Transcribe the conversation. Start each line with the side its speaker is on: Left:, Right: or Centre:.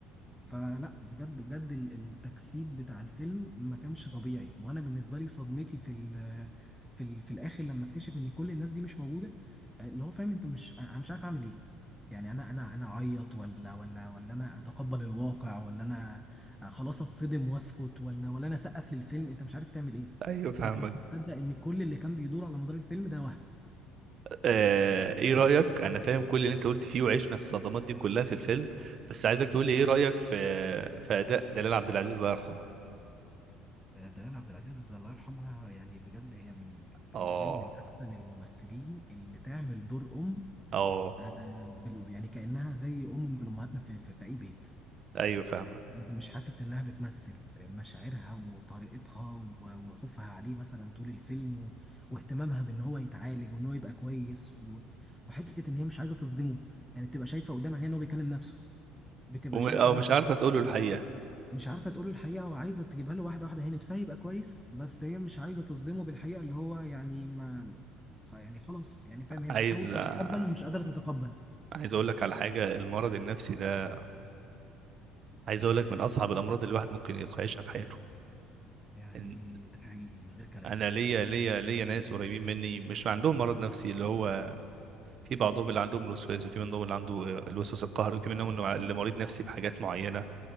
Centre: فلا بجد بجد ال- التجسيد بتاع الفيلم ما كانش طبيعي وانا بالنسبه لي صدمتي في ال في ال في الاخر لما اكتشف ان كل الناس دي مش موجوده آه، اللي هو فاهم انت مش انا مش عارف اعمل ايه يعني انا انا انا اعيط ولا ولا ولا انا اتقبل الواقع ولا انا آه، خلاص اتصدم واسكت ولا ولا انا اسقف للفيلم انت مش عارف تعمل ايه
Right: ايوه فاهمك
Centre: انت مش مصدق ان كل اللي كان بيدور على مدار الفيلم ده وهم
Right: آه، ايه رأيك انا فاهم كل اللي انت قلت فيه وعشنا الصدمات دي كلها في الفيلم بس عايزك تقول لي ايه رأيك في في اداء دلال عبد العزيز الله يرحمه
Centre: آه، دلال عبد العزيز الله يرحمها يعني بجد هي من من- بالنسبه
Right: اه
Centre: لي من احسن الممثلين اللي تعمل دور ام
Right: اه
Centre: آه، بال- يعني كأنها زي أم من أمهاتنا في, في, في أي بيت
Right: ايوه فاهمك
Centre: أنت مش حاسس إنها بتمثل مشاعرها وطريقتها و- وخوفها عليه مثلا طول الفيلم و- واهتمامها بإن هو يتعالج وإن هو يبقى كويس و- وحتة إن هي مش عايزة تصدمه يعني بتبقى شايفة قدام عينيها إن هو بيكلم نفسه بتبقى
Right: وم-
Centre: شايفة
Right: او
Centre: مثلا
Right: مش عارفه تقوله الحقيقة
Centre: مش عارفة تقول له الحقيقة وعايزة تجيبها له واحدة واحدة هي نفسها يبقى كويس بس هي مش عايزة تصدمه بالحقيقة اللي هو يعني ما خ- يعني خلاص يعني فاهم هي
Right: عايز
Centre: بتحاول تتقبل
Right: آه،
Centre: ومش قادرة تتقبل
Right: عايز اقول لك على حاجة المرض النفسي ده عايز اقول لك من اصعب الامراض اللي الواحد ممكن يعيشها في حياته
Centre: يعني
Right: إن-
Centre: ده حقيقي من غير كلام
Right: انا ليا ليا ليا ناس قريبين مني مش عندهم مرض نفسي اللي هو في بعضهم اللي عندهم الوسواس وفي منهم اللي عنده آه، الوسواس القهري وفي منهم إنه اللي مريض نفسي بحاجات معينة